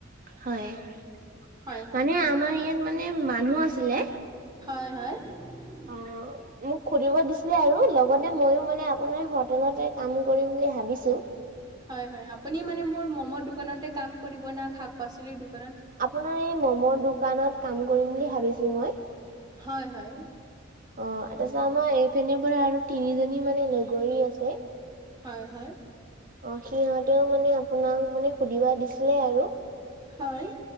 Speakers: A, on the right; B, on the right.
A: হয়। মানে
B: হয় হয়
A: আমাৰ ইয়াত মানে মানুহ আছিলে।
B: হয় হয়। হয়
A: অ' মোক খুুলিব দিছিলে আৰু লগতে মইয়ো মানে আপোনাৰ হোটেলতে কাম কৰিম বুলি ভাবিছোঁ
B: হয় হয় আপুনি মানে মোৰ ম'মৰ দোকানতে কাম কৰিব না শাক পাচলিৰ দোকান
A: আপোনাৰ এই মম' দোকানত কাম কৰিম বুলি ভাবিছোঁ মই
B: হয় হয়
A: অ তাৰ পিছত আমাৰ এইপিনৰ পৰা আৰু তিনিজনী মানে লগৰী আছে
B: হয় হয়
A: অ সিহঁতেও মানে আপোনাক মানে সুধিবা দিছিলে আৰু
B: হয়